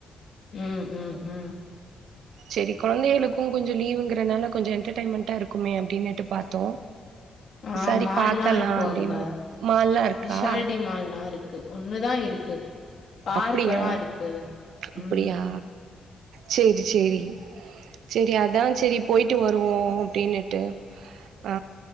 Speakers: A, on the left; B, on the right.
A: ம் ம் ம்
B: செரி கொழந்தைகளுக்கு கொஞ்சோ லீவுங்கறனால கொஞ்சோ என்டர்டெயன்மெண்ட்டாருக்கமே அப்டின்னுட்டு பாத்தோ
A: ஆ
B: சரி
A: மால்லா
B: பாக்கலா
A: இருக்கு
B: அப்டின்னு
A: அங்க
B: மால்லா இருக்கா
A: விஷால்டி மால்லாருக் கு ஒண்ணுதா இருக்கு பார்க்கெல்லா
B: அப்டியா
A: இருக்கு
B: அப்டியா
A: ம்
B: செரி செரி செரி அதா செரி போயிட்டு வருவோ அப்டின்னிட்டு ஆ